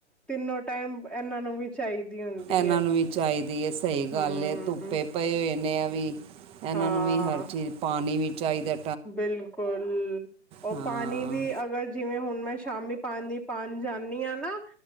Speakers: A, in the centre; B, on the right.
A: ਤਿੰਨੋ ਟਾਈਮ, ਏਨ੍ਹਾਂ ਨੂੰ ਵੀ ਚਾਹੀਦੀ ਹੁੰਦੀ
B: ਇਨ੍ਹਾਂ
A: ਹੈ
B: ਨੂੰ ਵੀ ਚਾਈਦੀ ਏ, ਸਈ ਗੱਲ
A: ਹਮ
B: ਏ ਧੁੱਪੇ ਪਏ ਹੋਏ ਨੇ ਏ ਵੀ ਇਨ੍ਹਾਂ
A: ਹਾਂ
B: ਨੂੰ ਵੀ ਹਰ ਚੀਜ਼ ਪਾਣੀ ਵੀ ਚਾਈਦਾ
A: ਬਿਲਕੁਲ। ਓ
B: ਹਾਂ
A: ਪਾਣੀ ਵੀ ਅਗਰ ਜਿਵੇਂ ਹੁਣ ਮੈਂ ਸ਼ਾਮੀ ਪਾਣੀ ਪਾਨ ਜਾਣੀ ਆਂ ਨਾਂ